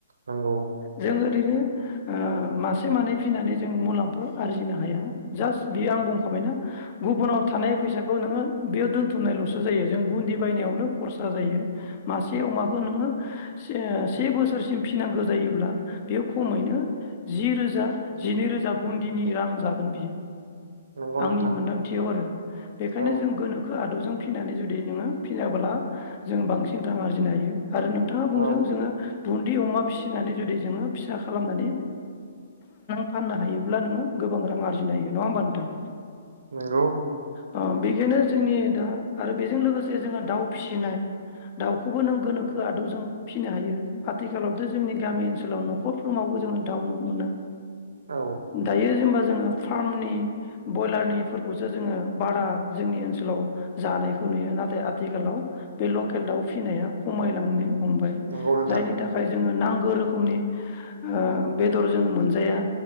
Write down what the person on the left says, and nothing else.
जों ओरैनो ओ मासे मानै फिनानै जोंङो मुलाम्फा आरजिनानै हाया जास बेयो आं बुंखाबायना गुबुनाव थानाय फैसाखौ नोङो बेयाव दोनथुमनायल'सो जायो जों गुन्दि बायनायावनो खरसा जायो मासे अमाखौ नोङो से से बोसोरसिम फिसिनांगौ जायोब्ला बेयो खमैनो जि रोजा जिनै रोजा गुन्दिनि रां जागोन बियो
आंनि
मोनदांथियाव आरो बेनिखायनो
जों गोनोखो आदबजों फिनानै जुदि नोङो फिनाब्ला जों बांसिन रां आरजिनो हायो आरो नोंथाङा बुंजों
जोङो बुन्दि अमा फिसिनानै जुदि जोङो फिसा खालामनानै फाननो हायोब्ला नोङो गोबां रां आरजिनो हायो नङा होमबा नोंथां।
ओ बेखायनो जोंनि दा आरो बेजों लोगोसे जोङो दाउ फिसिनाय दाउखौबो नों गोनोखो आदबजों फिसिनो हायो आथिखालावथ' जोंनि गामि ओनसोलाव न'खरफ्रोमावबो जोङो दाउ मोनो
दायो जेनेबा जोङो फार्मनि ब्रयलारनिफोरखौसो जोङो बारा जोंनि ओनसोलाव जानायखौ नुयो नाथाय आथिखालाव बे लकेल दाउ फिसिनाया खमायलांनो हमबाय
जायनि थाखाय जोङो नांगौ रोखोम खमनि ओ बेदर जों मोनजाया